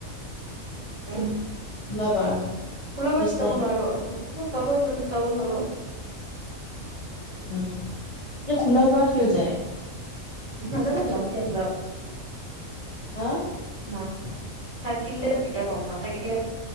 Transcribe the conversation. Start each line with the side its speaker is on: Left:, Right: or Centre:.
Right: উ <unintelligible>
Left: ওলাবা
Right: ওলাব
Left: অফিচ
Right: যাব
Left: নাই
Right: নোৱাৰো অ। মোক পাব যাব নোৱাৰো
Left: উম। খোলা বাত কিয় যায়?
Right: নাজানো এইবিলাকে <unintelligible>
Left: হা
Right: না থাকিলে দিকদাৰ পাও, নাথাকিলে